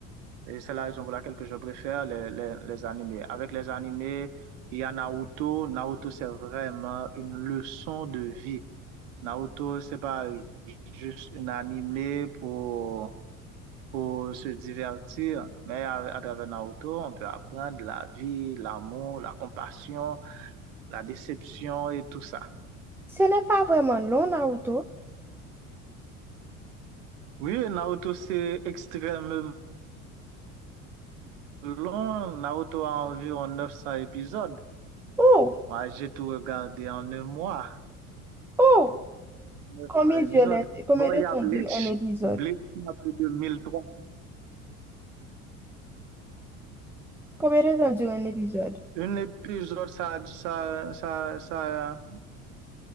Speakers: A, on the right; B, in the centre.
A: Et c'est la raison pour laquelle que je préfère les, les, les animés. Avec les animés, il y a Naruto. Naruto, c'est vraiment une leçon de vie. Naruto, c'est pas juste un animé pour pour se divertir. Mais à, à travers Naruto, on peut apprendre la vie, l'amour, la compassion, la déception et tout ça.
B: Ce n'est pas vraiment long, Naruto.
A: Oui, Naruto, c'est extrêmement long. Naruto a environ 900 épisodes.
B: Oh,
A: Moi, j'ai tout regardé en un mois.
B: oh,
A: 900
B: combien dure
A: épisodes.
B: l'é- combien
A: Bon,
B: de
A: il y
B: temps
A: a Bleach.
B: dure un épisode?
A: Bleach a plus de 1300.
B: Combien de temps dure un épisode?
A: Un épisode, ça, ça, ça, ça,